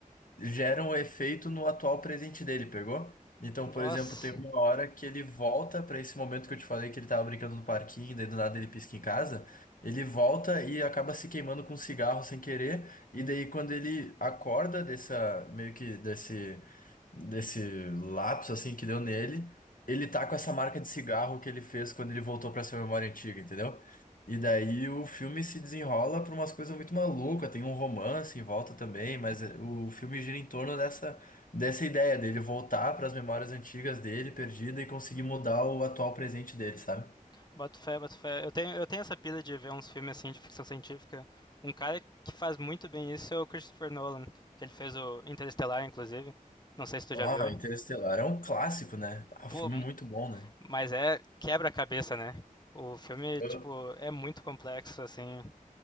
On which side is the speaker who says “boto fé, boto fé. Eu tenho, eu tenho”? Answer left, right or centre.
Left